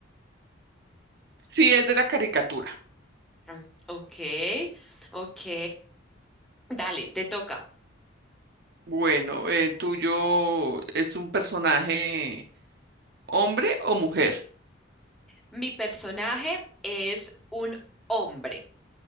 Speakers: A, on the right (about 55°); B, in the centre.
A: Sí, es de la caricatura.
B: Ah, Ok, ok. Dale, te toca.
A: Bueno, eh, ¿tuyo es un personaje hombre o mujer?
B: Mi personaje es un hombre.